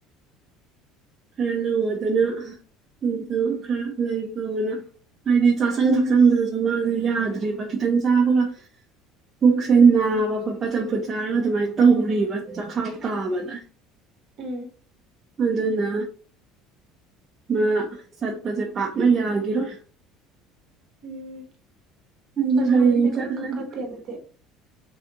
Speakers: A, on the right; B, on the right.
A: ꯈꯔ ꯂꯨꯕꯗꯨꯅ ꯃꯇꯝ ꯈꯔ ꯂꯩꯈꯣꯅ ꯍꯥꯏꯗꯤ ꯆꯥꯁꯟ ꯊꯛꯆꯟꯕꯗꯨꯁꯨ ꯃꯥꯁꯦ ꯌꯥꯗ꯭ꯔꯤꯕ ꯈꯤꯇꯪ ꯆꯥꯕꯒ ꯄꯨꯛꯁꯦ ꯅꯥꯕ ꯈꯣꯠꯄ ꯆꯝꯐꯨꯠ ꯆꯥꯔꯒ ꯑꯗꯨꯃꯥꯏꯅ ꯇꯧꯔꯤꯕ ꯆꯈꯥꯎ ꯇꯥꯕꯗ
B: ꯎꯝ
A: ꯑꯗꯨꯅ ꯃꯥ ꯆꯠꯄꯁꯦ ꯄꯥꯛꯅ ꯌꯥꯒꯤꯔꯣꯏ
B: ꯎꯝ
A: ꯑꯩꯖꯨ
B: ꯃꯁꯥꯗꯨꯁꯨ
A: ꯍꯌꯦꯡ
B: ꯏꯀꯟ
A: ꯆꯠꯂꯅꯤ
B: ꯀꯟꯈꯠꯇꯦ ꯑꯗꯨꯗꯤ